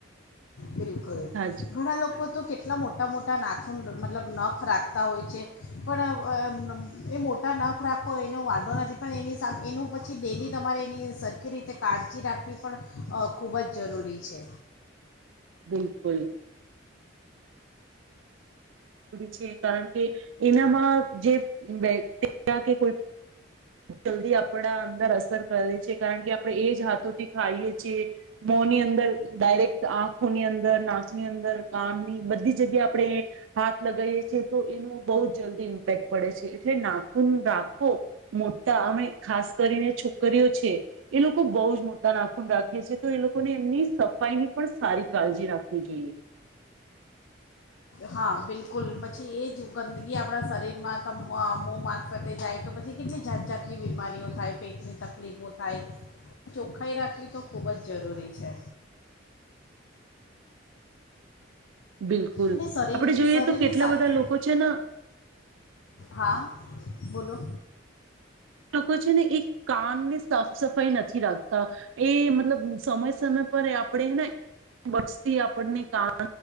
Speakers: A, on the left; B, on the right.
A: બિલકુલ
B: જ
A: ઘણા લોકો તો કેટલા મોટા મોટા નાખુન મતલબ નખ રાખતા હોય છે પણ એ મો ટા નખ રાખો એનો વાંધો નથી પણ એની સામે એનું પછી ડેલી તમારે એની સરખી રીતે કાળજી રાખવી પણ અ ખૂબ જ જરૂરી છે.
B: બિલકુલ છે કારણ કે એનામાં જે બેક્ટેરિયા કે કોઈ જલ્દી આપણા અંદર અસર કરે છે કારણ કે આપણે એ જ હાથોથી ખાઈએ છીએ. મોની અંદર ડાયરેક્ટ આંખોની અંદર નાકની અંદર કાનની બધી જગ્યા આપણે હાથ લગાયે છે તો એનું બહુ જલ્દી ઇમ્પેક્ટ પડે છે એટલે નાખુન રાખો મોટા અમે ખાસ કરીને છોકરીઓ છે એ લોકો બહુ જ મોટા નાખુન રાખે છે તો એ લોકોને એમની સફાઈની પણ સારી કાળજી રાખવી જોઈએ.
A: હા બિલકુલ પછી એ જ ગંદકી આપણા શરીર માં <unintelligible> મારફતે જાય તો પછી કેટલી જાત જાાતની બીમારીઓ થાય પેટની તકલીફો થાય. ચોખ્ખાાઈ રાખવી તો ખૂબ જ જરૂરી છે.
B: બિલકુલ
A: અને શરીર
B: આપણે જોઈએ
A: શરીરની
B: તો કેટલા
A: <unintelligible> સાથે
B: બધા લોકો છે ને
A: હા બોલો
B: લોકો છે ને એ કાન ને સાફ સફાઈ નથી રાખતા. એ મતલબ સમય સમય પર આપણેે ને વષતી આપણને કામ